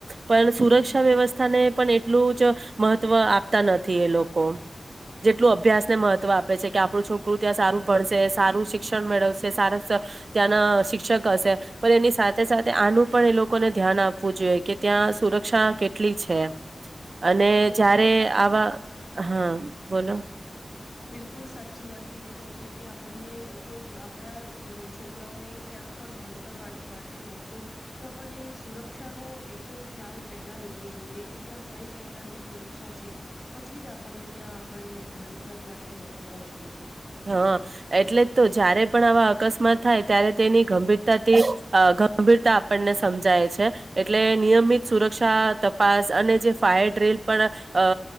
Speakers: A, on the right; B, on the left.
A: પણ સુરક્ષા વ્યવસ્થાને પણ એટલું જ મહત્વ વહ આપતા નથી એ લોકો જેટલું અભ્યાસને મહ મહત્વ આપે છે કે આપણું છોકરું ત્યાં સારું ભણશે સારું શિક્ષણ મેળવશે સારા ત્યાંના શિક્ષક હશે પણ એની સાથે સાથે આનું પણ એ લોકોને ધ્યાન આપવું આપવું જોઈએ, કે ત્યાં સુરક્ષા કેટલી છે. અને
B: બિલકુલ એકદમ
A: જારે,
B: સારી
A: આવા
B: વાત
A: હા બોલો
B: બિલકુલ, સાચી વાત કીધી. તમે કે આપણને કોઈ આપણા છોકરાઓને ક્યાં પણ ભણતર માટે મોકલો, તો આપને સુરક્ષાનોો એકદમ ખ્યાલ પહેલા લેવો જોઈએ. ત્યાં કઈ પ્રકારની સુરક્ષા છે, પછી જ આપણને ત્યાં આપણને ભણ તર માટે મોકલવા જોઈએ.
A: હા, એટલે જ, તો જય્યારે પણ આવા અકસ્માત થાય, ત્યારે તેની ગંભીરતાથી, એ ગમ ગંભીરતા આપણને સમજાય છે, એટલે નિયમિત સુરક્ષા તપાસ અને, જે ફાયર ડ્રી પણ અ,